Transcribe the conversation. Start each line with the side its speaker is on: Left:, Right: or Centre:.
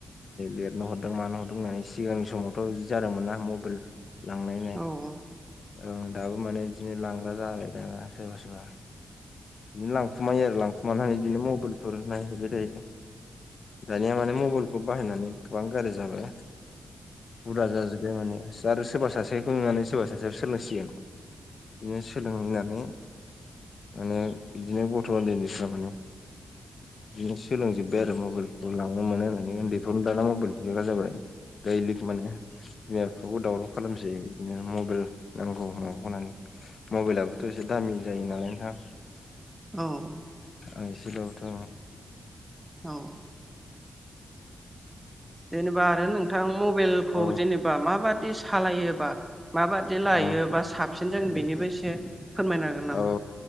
Left: लिरना हर दों मानो हदों होननानै सिगांनि समावथ' बिदि जादोंमोन ना मबाइल लांनायनाय
Right: औ
Left: ओं दाबो माने बिदिनो लांग्रा जाबाय दामा सोरबा सोरबा बिदिनो लांखुमायो आरो लांखुमाना बिदिनो मबाइलफोर नायहैबाय थायो दानिया माने मबाइलखौ बाहायनानै गोबां गाज्रि जाबाय बुरजा जाजोब बे माने आरो सोरबा सासेखौ नुनानै सोरबा सासेयाबो सोलोंसिगोन बिदिनो सोलोंनानै माने बिदिनो गथ' उन्दै उन्दैफ्रा माने बिदिनो सोलोंजोबबाय आरो मबाइल लांनो मोनो होननानै उन्दै फ्राबो दाना मबाइल बिलाग्रा जाबाय दैलिक माने बिमा बिफाखौ दावराव खालाम सै बिदिनो मबाइल नांगौ मागौ होननानै मबाइलाबोथ' एसे दामि जायो नालाय नोंथां
Right: औ
Left: आं एसे बाबोथ'
Right: औ जेनेबा आरो नोंथां मबाइलखौ
Left: औ
Right: जेनेबा माबादि सालायोबा माबादि लायो
Left: औ
Right: बा साबसिन जागोन बेनिबो एसे फोरमायनो हागोन नामा
Left: औ